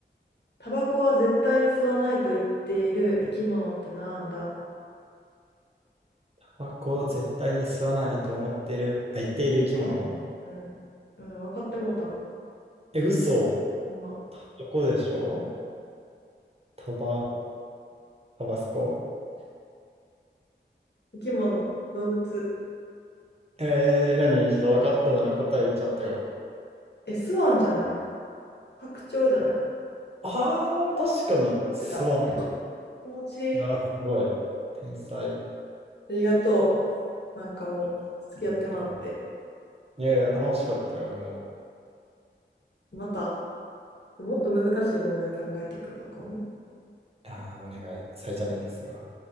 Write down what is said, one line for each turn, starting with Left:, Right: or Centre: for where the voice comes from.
Left: タバコは絶対に吸わないと言っている生き物ってなんだ
Right: タバコを絶対に吸わないと思ってる、あ、言っている生き物
Left: うん。うん、分かってもうた。
Right: え、嘘。
Left: ほんま。
Right: タバコでしょタバ、タバスコ
Left: 生き物、動物。
Right: えー、何ちょっと分かったなら答え言っちゃってよ。
Left: え、スワンじゃない白鳥じゃない
Right: あー、確かに、
Left: 合ってた。
Right: 吸わん。
Left: 気持ちいい。
Right: うわ、
Left: あ
Right: すごい。天才。ち
Left: りがとう。なんかもう、付き合ってもらって。
Right: ょっと。いやいや、楽しかったよ、俺も。
Left: また、もっと難しい問題考えてくるわ、今後。
Right: ああ、お願い。再チャレンジするわ。